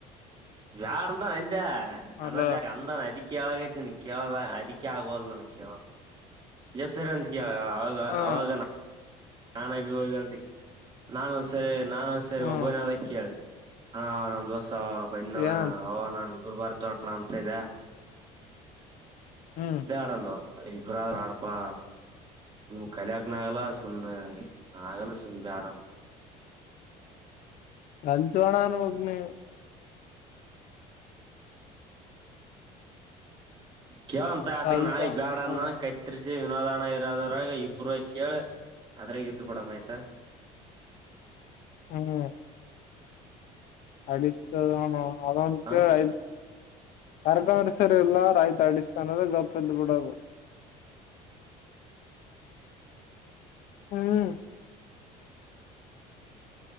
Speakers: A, on the right (about 35°); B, on the left (about 60°).
A: <unintelligible>
B: ಅಲ
A: ಕೇಳಗೈ ನನ್ ಕೇಳದ ಅದಕ್ಕೆ ಆಗೋಲ್ ನನ್ಗ್ ಕೇಳಂದ ಎಷ್ಟ್ ಸರಿ ಅವ
B: ಹಾ
A: ಅವಾಗ ನನ್ ಅಭಿ ಸಿ ನಾನ ಒಂದ್ಸರಿ ನಾನ ಒಂದ್ ಸರಿ
B: ಹ್ಮ್
A: ಒಬ್ಬನ ಅದ ಕೇಳ ಅಣ್ಣ ನಮ್ ದೋಸ ಅವ ಬಂದ
B: ಏನ್
A: ಅವ ನಾನ ಇಬ್ರು ಬರ್ ತೋೋಣ ಅಂತ ಇಲ್ಲ
B: ಹ್ಮ್
A: ಬಾಡಂದ ಇಬ್ರಾ ಆಡಪಾ ನಿಮ್ ಕಲ್ಯಕ್ನ ಆಗಲ್ಲ ಸುಮ್ನೆ ಆಗಲ್ಲ ಸುಮ್ಮ್ ಬೇಡ
B: ಅಲ್ತ್ವಣಾನ ಒೋಗ ನೀ
A: ಕೇಳಂತ ಆತಂಗ
B: ಅಂತ
A: ನಾಳಿಗ್ ಬ್ಯಾಡನ್ನ
B: ನೋಡ
A: ಕೈತ್ ವಿನೋದಣ ಇರೋದ್ರಾಗ ಇಬ್ಬರ ಕೇಳ ಅದ್ರ ಎ್ದು ಬಿಡಮ ಆಯ್ತಾ
B: ಹ್ಮ್ ಅಡಿಸತ ಅದ ಒಂದು
A: ಹ
B: ಕೇಳ ಐ ಕರಕಂದ್ರಸರ್ ಎಲ್ಲ ರಾಯತ ಅಡಿಸ್ತಾನ ಗಪ್ಪದ ಬಿುಡವು <unintelligible> ಹ್ಮ್